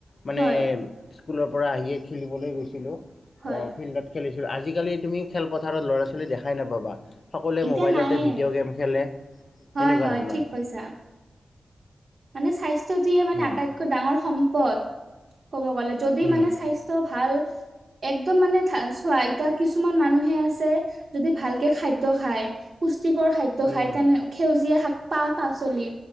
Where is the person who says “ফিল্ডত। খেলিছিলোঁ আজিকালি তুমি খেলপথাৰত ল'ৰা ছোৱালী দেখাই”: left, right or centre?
Left